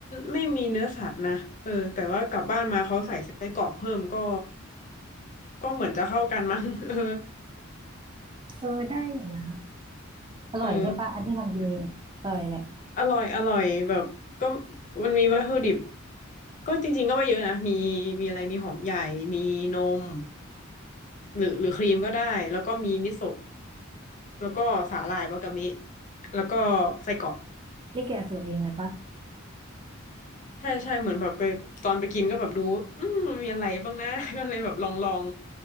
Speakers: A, on the left (about 35°); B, on the right (about 25°).
A: ไม่มีเนื้อสัตว์นะเออแต่ว่ากลับบ้านมาเขาใส่ไส้กรอกเพิ่มก็ก็เหมือนจะเข้ากันมั้ง <laughs> เออ
B: เออได้อยู่นะอร่อยใช่ปะอันที่ทำกินเองอะอร่อยแหละ
A: เออ อร่อยอร่อยแบบก็มันมีวัตถุดิบก็จริงๆก็ไม่เยอะนะมีมีอะไรมีหอมใหญ่มีนมหรือหรือครีมก็ได้แล้วก็มีมิโซะแล้วก็สาหร่ายวากามิแล้วก็ไส้กรอก
B: นี่แกะสูตรเองเลยปะ
A: ใช่ใช่เหมือนแบบไปตอนไปกินก็แบบดูอืมมีอะไรบ้างนะ <laughs> ก็เลยแบบลองลอง